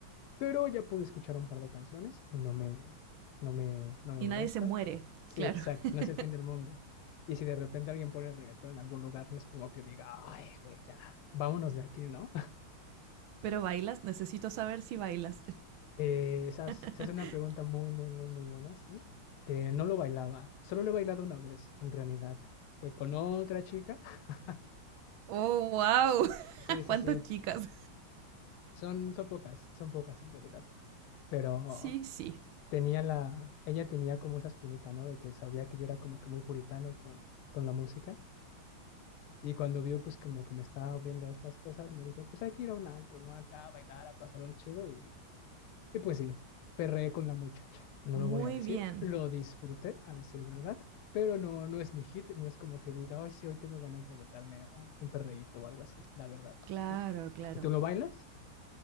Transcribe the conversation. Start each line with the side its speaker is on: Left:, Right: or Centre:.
Left: pero ya pude escuchar un par de canciones y no me, no me, no me
Right: y
Left: molesta.
Right: nadie se muere,
Left: Sí,
Right: claro.
Left: exacto,
Right: <laughs>
Left: no es el fin del mundo. Y si de repente alguien pone reggaetón en algún lugar, no es como que diga, ay, güey, ya, vámonos de aquí, ¿no?
Right: Pero bailas, necesito saber si bailas.
Left: Eh, esas-
Right: <laughs>
Left: esa es una pregunta muy, muy, muy, muy buena, sí. Eh, no lo bailaba, solo lo he bailado una vez, en realidad. Fue con otra chica. <laughs>
Right: oh, wow. <laughs>
Left: Sí, sí,
Right: ¿Cuántas
Left: sí.
Right: chicas?
Left: Son, son pocas, son pocas en realidad. Pero
Right: Sí, sí.
Left: tenía la, ella tenía como esa espinita, ¿no? De que sabía que yo era como que muy puritano con, con la música. Y cuando vio, pues como que me estaba abriendo a estas cosas, me dijo, pues hay que ir a un antro, ¿no? Acá a bailar, a pasarlo de chido. Y Y pues sí, perreé con la muchacha. No
Right: Muy
Left: lo voy a decir,
Right: bien.
Left: lo disfruté, a decir verdad, pero no, no es mi hit, no es como que diga, ay, sí, hoy tengo ganas de aventarme un, un perreíto o algo así, la verdad, no.
Right: Claro,
Left: ¿Y,
Right: claro.
Left: y tú lo bailas?